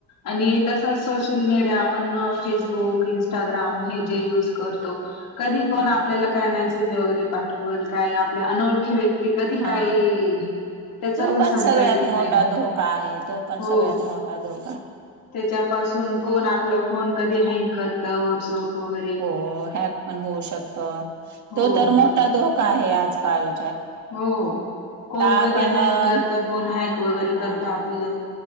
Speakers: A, on the left; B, on the right.
A: आणि तस सोशल मीडिया आपण फेसबुक इंस्टाग्राम हे जे युज करतो कधी कोण
B: हा
A: आपल्याला कायमाय वैरे पाठल काय आपल्या अनोळखी व्यक्ती कधी
B: हा
A: काही त्याच
B: तो पण
A: सांगता
B: सगळ्यात
A: येत
B: मोठा
A: नाही
B: धोका आहे तो पण
A: हो
B: सगळ्यात मोठा अधो
A: त्याच्यापासून कोण आपलं फोन कधी हँग करत व्हॉट्सअप वगैरे
B: हो हॅक पण होऊ शकत
A: हो
B: तो तर मोठा धोक का आहे आजकाल
A: हो कोण कधी
B: आपण
A: हँक
B: अ,
A: करत फन हॅक वगैरे
B: हा
A: करत आपलं